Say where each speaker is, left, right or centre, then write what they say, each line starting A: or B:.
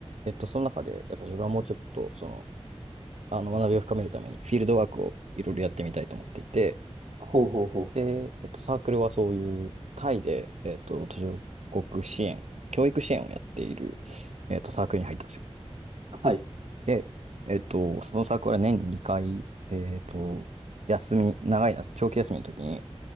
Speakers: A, on the right; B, on the right.
A: えっと、その中で、やっぱ自分はもうちょっと、その、あの学びを深めるために、フィールドワークをいろいろやってみたいと思っていて、
B: ほうほうほ
A: で、えっと、サークルはそういうタイで、えっと、途上国支援、教育支援をやっている、えっと、サークルに入ったんですよ。
B: う、はい、
A: で、えっと、そのサークルは年に2回、えっと、休み、長いな、長期休みの時に、